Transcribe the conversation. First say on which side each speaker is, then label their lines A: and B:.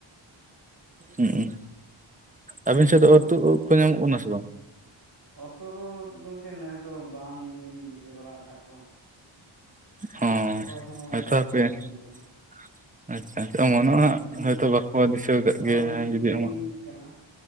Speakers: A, on the right; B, on the right.
A: ᱦᱩᱸᱜ ᱩᱸ ᱟᱹᱵᱤᱱ
B: ᱟᱫᱚ
A: ᱥᱮᱫᱜ ᱫᱚ ᱚᱨ ᱛᱩᱫ ᱩᱫᱽ ᱠᱚ ᱧᱟᱢᱚᱜ ᱠᱟᱱᱟ ᱥᱮ ᱵᱟᱝ?
B: ᱚᱛᱚ ᱫᱚ ᱜᱚᱝᱠᱮ ᱱᱮᱥ ᱫᱚ ᱵᱟᱝᱞᱤᱧ ᱫᱤᱥᱟᱹ ᱵᱟᱲᱟ ᱠᱟᱜ ᱠᱚᱣᱟ ᱾
A: ᱦᱚᱸ
B: ᱚᱠᱚᱭ ᱦᱚᱸ
A: ᱦᱚᱭᱛᱚ
B: ᱵᱟᱠᱚ
A: ᱦᱟᱯᱮ
B: ᱟᱹᱜᱩ ᱠᱟᱫᱟ ᱾
A: <inaudible> ᱟᱪᱪᱷᱟ ᱟᱪᱪᱷᱟ ᱚᱢᱚᱱᱚᱜᱼᱟ
B: ᱱᱤᱭᱟᱹ
A: ᱦᱳᱭᱛᱳ ᱵᱟᱠᱚ ᱫᱤᱥᱟᱹᱣ ᱠᱟᱫ
B: ᱦᱳᱭ
A: ᱜᱮᱭᱟ ᱡᱟᱦᱟᱸᱭ ᱡᱩᱫᱤ
B: ᱰᱮᱨᱤ
A: ᱟᱢᱟᱜᱼᱼ
B: ᱠᱟᱱᱟ